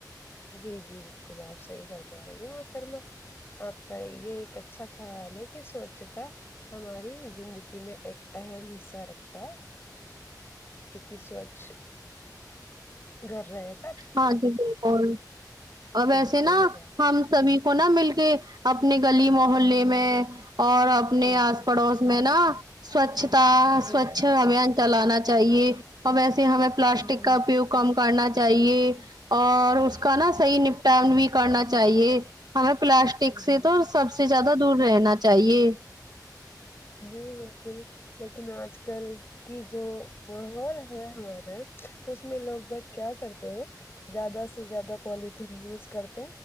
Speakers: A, on the left; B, on the right.
A: جی جی بالکل آپ صحیح فرما رہی ہو محترمہ آپ کا یہ ایک اچھا خیال ہے کہ سوچتا ہماری زندگی میں ایک اہم حصہ رکھتا ہے کیونکہ سوچھ گھر رہا
B: ہاں جی بالکل اور ویسے
A: دور رہے
B: نا
A: گا
B: ہم سب ہی کو نا مل کے اپنے گلی محلے میں اور اپنے
A: جی جی
B: آس پڑوس میں نا سوچھتا
A: جی
B: سوچھ
A: جی
B: ابھیان چلانا چاہیے اور ویسے ہمیں پلاسٹک
A: جی
B: کا اپیوگ کم کرنا چاہیے اور اس کا نا صحیح نپٹان بھی کرنا چاہیے ہمیں پلاسٹک
A: جی جی
B: سے تو سب سے زیادہ دور رہنا چاہیے
A: جی بالکل لیکن آج کل کہ جو ماحول ہے ہمارا تو اس میں لوگ بگ کیا کرتے ہیں زیادہ سے زیادہ پوالتھین یوز کرتے